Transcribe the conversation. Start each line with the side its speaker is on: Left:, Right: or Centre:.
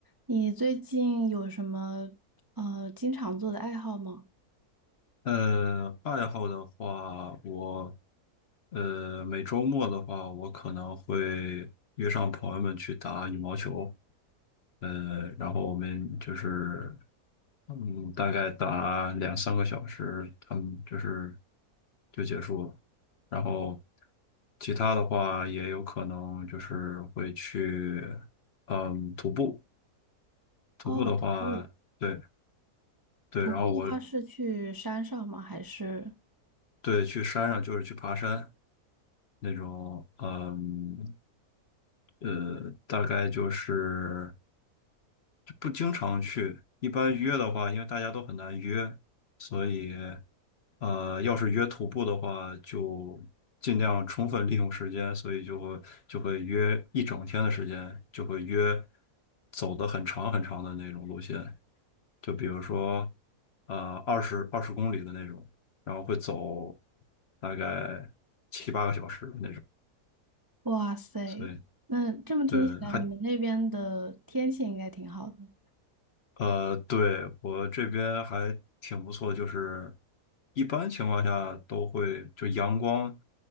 Right: 你最近有什么呃经常做的爱好吗？
Left: 呃，爱好的话，我呃每周末的话，我可能会约上朋友们去打羽毛球，呃，然后我们就是嗯大概打两三个小时，他们就是就结束了。然后其他的话，也有可能就是会去嗯徒步，徒步的话，
Right: 哦，徒步。
Left: 对对，
Right: 徒步的话是去山上吗？
Left: 然后我
Right: 还是？
Left: 对去山上就是去爬山。那种，嗯，呃，大概就是就不经常去。一般约的话，因为大家都很难约，所以，呃，要是约徒步的话，就尽量充分利用时间，所以就会就会约一整天的时间，就会约走的很长很长的那种路线，就比如说，呃，二十二十公里的那种，然后会走大概七八个小时的那种。
Right: 哇塞，
Left: 所以。
Right: 那这么听起来，
Left: 对，还
Right: 你们那边的天气应该挺好的。
Left: 呃，对，我这边还挺不错，就是一般情况下都会就阳光